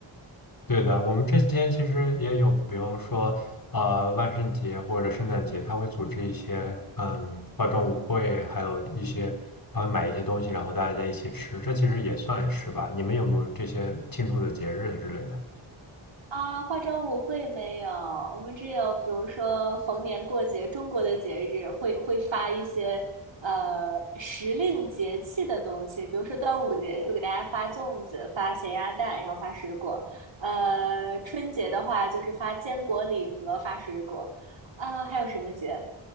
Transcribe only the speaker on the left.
对的，我们之前其实也有，比方说啊，万圣节或者圣诞节，他会组织一些嗯化妆舞会，还有一些他会买一些东西，然后大家在一起吃，这其实也算是吧。你们有没有这些庆祝的节日之类的？